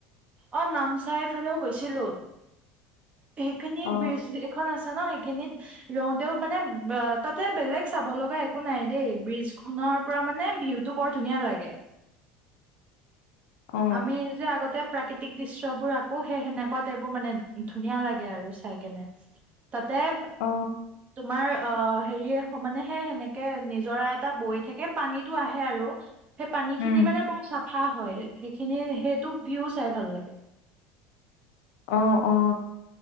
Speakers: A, on the right; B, on the left.
A: অ নামচাইফালেও গৈছিলোঁ। সেইখিনি
B: অ
A: ব্ৰিজ এখন আছে। ন সেইখিনিত ৰওঁতেও মানে, ব তাতে বেলেগ চাব লগা একো নাই দেই, ব্ৰিজ খনৰ পৰা মানে ভিউতটো বৰ ধুনীয়া লাগে।
B: অ
A: আমি যে আগতে। প্ৰাকৃতিক দৃশ্য বোৰ আঁকো, সেই সেনেকুৱা টাইপৰ মানে ধুনীয়া লাগে আৰু চাই কেনে। তাতে
B: অ
A: তোমাৰ। অ হেৰি মানে, সেই সেনেকে নিজৰা এটা বৈ থাকে পানীতটো আহে আৰু। সেই পানীখিনি
B: উম
A: মানে বৰ চাপ। ফা হয়। সেইখিনি সেইটোক ভিউ চাই ভাল লাগে।
B: অ অ